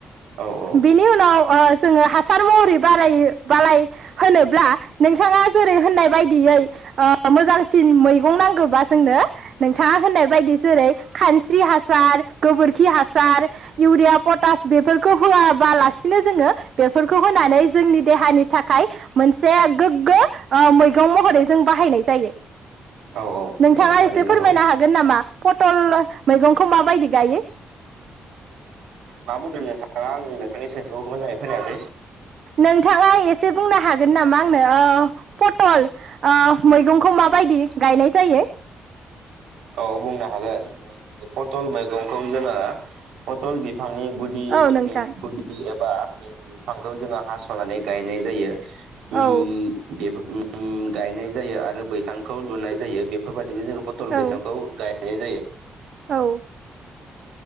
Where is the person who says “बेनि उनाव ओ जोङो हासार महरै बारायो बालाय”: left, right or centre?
Right